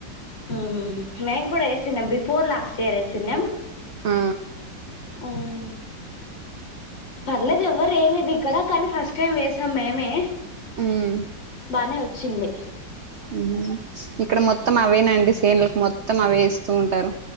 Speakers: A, on the left (about 90°); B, on the right (about 55°).
A: ఉమ్ మేం కూడా ఎసిన్యం బిఫోర్ లాస్ట్ ఇయర్ ఎసిన్యం
B: ఆ
A: ఉమ్ పర్లేదు ఎవ్వరేయ్యలేదిక్కడ, కానీ ఫస్ట్ టైం వేసాం మేమె.
B: ఉమ్
A: బానే ఒచ్చింది
B: మ్ ఇక్కడ మొత్తం అవేనాండి సేన్ల్లు, మొత్తం అవే ఏస్తూ ఉంటారు.